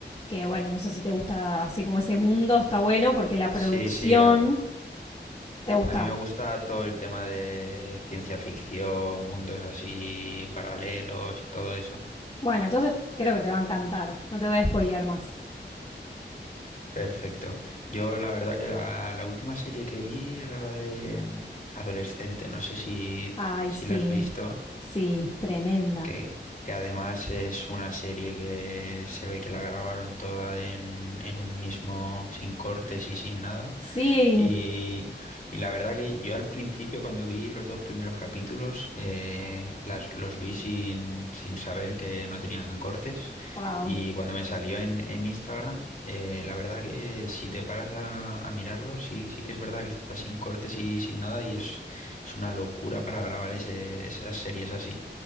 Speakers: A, on the left; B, on the left.
A: que bueno, no sé si te gusta así como ese mundo, está bueno porque la producción
B: Sí, sí, a-
A: ¿Te gusta?
B: A mí me gusta todo el tema de ciencia ficción, mundos así paralelos y todo eso.
A: Bueno, entonces creo que te va a encantar. No te voy a spoilear más.
B: Perfecto. Yo la verdad que la, la última serie que vi era la de mm, Adolescente, no sé si,
A: Ay,
B: si
A: sí,
B: la has visto,
A: sí, tremenda.
B: que, que además es una serie que se ve que la grabaron toda en, en un mismo, sin cortes y sin nada.
A: Sí,
B: Y, y la verdad que yo al principio cuando vi los dos primeros capítulos eh, las, los vi sin, sin saber que no tenían cortes
A: wow.
B: y cuando me salió en, en Instagram eh, la verdad que si te paras a, a mirarlo sí, sí que es verdad que está sin cortes y sin nada y es, es una locura para grabar ese, esas series así.